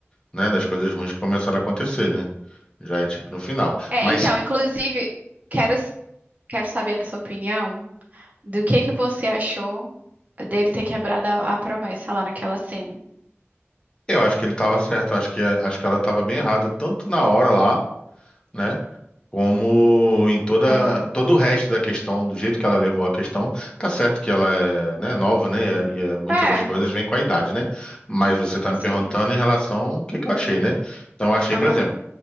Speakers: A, on the left; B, on the right.
A: né, das coisas ruins que começaram a acontecer, né? Já é tipo no final.
B: É,
A: Mas
B: então, inclusive, quero, quero saber a sua opinião do que que você achou dele ter quebrado a, a promessa lá naquela cena.
A: eu acho que ele tava certo, acho que acho que ela tava bem errada, tanto na hora lá, né? Como em toda
B: Aham.
A: todo o resto da questão, do jeito que ela levou a questão, tá certo que ela é, né, nova, né? E, é- muitas
B: É,
A: das coisas vêm com a idade, né? Mas você tá me
B: sim.
A: perguntando em relação ao que que eu achei, né? Então eu achei,
B: Aham.
A: por exemplo,